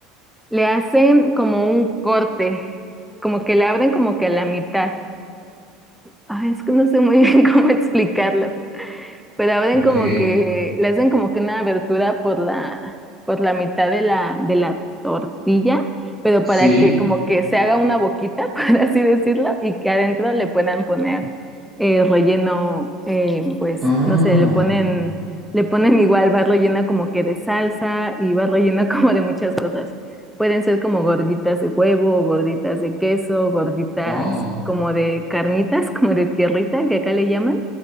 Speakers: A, in the centre; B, on the right.
A: le hacen como un corte, como que le abren como que a la mitad. Ay, es que no sé muy bien <laughs> cómo explicarlo pero abren
B: Ok.
A: como que, le hacen como que una abertura por la, por la mitad de la, de la tortilla, pero
B: Sí.
A: para que como que se haga una boquita, <laughs> por así decirlo, y que adentro le puedan poner eh, relleno, eh, pues,
B: Ah.
A: no sé, le ponen, le ponen igual, va rellena como que de salsa y va rellena <laughs> como de muchas cosas. Pueden ser como gorditas de huevo, gorditas de queso, gorditas
B: Oh,
A: como de carnitas, <laughs> como de tierrita, que acá le llaman